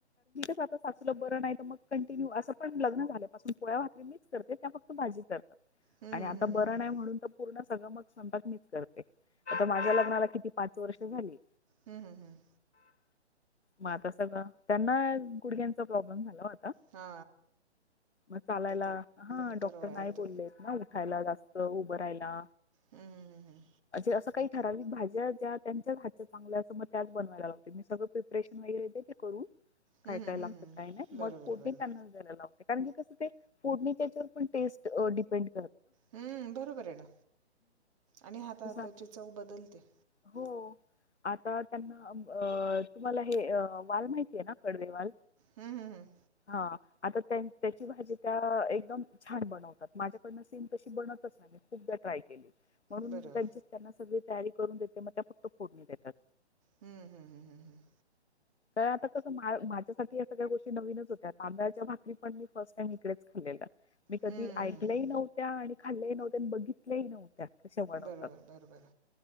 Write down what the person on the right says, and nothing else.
हं,
हं,
हं, हं.
हम्म हम् हम्म
हा
उतारवयात.
हं, हं, हं, हं.
हं, हं,
हं,
हं.
बरोबर,
बरोबर.
हम्म बरोबर आहे ना आणि हातहाताची
चव बदलते
हं, हं, हं.
बरोबर.
हम्म हम्म हम्म हम्मम्.
हं.
बरोबर बरोबर.